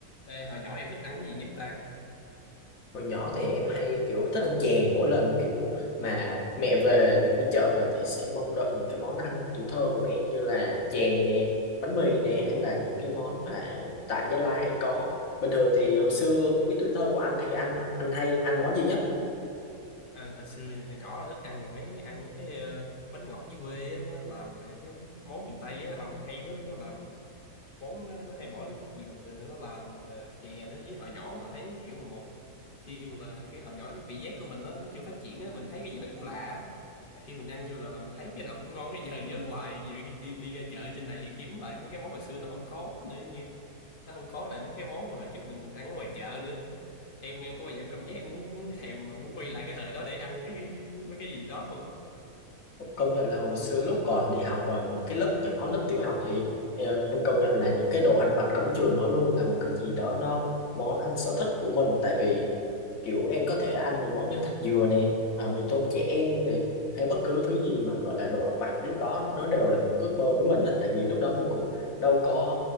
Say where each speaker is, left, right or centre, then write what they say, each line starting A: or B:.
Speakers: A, on the left; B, on the left.
A: Đây, hồi nhỏ em thích ăn cái gì nhất ta?
B: Hồi nhỏ thì em hay kiểu thích ăn chè mỗi lần kiểu mà mẹ về, mẹ đi chợ về thì sẽ mong đợi những cái món ăn tuổi thơ của mẹ như là chè nè, bánh mì nè hay là những cái món mà tại Gia Lai hay có. Bình thường thì hồi xưa cái tuổi thơ của anh thì anh anh hay ăn món gì nhất?
A: À, hồi xưa hồi nhỏ là thích ăn là mấy ăn mấy cái ờ, bánh ngọt dưới quê á, nó làm về cái món miền Tây á, làm hay lắm, nó làm món nó, nó hay bỏ nước cốt dừa nữa, nó làm ờ, chè nữa với hồi nhỏ mà thấy kiểu mà một khi mà cái hồi nhỏ cái vị giác của mình nó nó chưa phát triển á, mình thấy cái gì nó cũng lạ. á. Và Khi mình ăn vô rồi là mình thấy cái nào cũng ngon cái giờ nhớ hoài, giờ đi đi, đi ra chợ trên này thì kiếm lại mấy cái món hồi xưa nó không có nữa như nó không có lại mấy cái món mà hồi trước mình ăn ở ngoài chợ nữa em em có bao giờ em cảm giác em muốn thèm mà muốn quay lại cái thời đó để ăn cái mấy cái gì đó không
B: Công nhận là hồi xưa lúc còn đi học ở những cái lớp nhỏ, lớp tiểu học thì ờ, em công nhận là những cái đồ ăn vặt cổng trường nó luôn là một cái gì đó nó món ăn sở thích của mình tại vì kiểu em có thể ăn những món như thạch dừa nè à, mì tôm trẻ em nè hay bất cứ thứ gì mà gọi là đồ ăn vặt lúc đó nó đều là một ước mơ với mình hết tại vì lúc đó mình cũng đâu có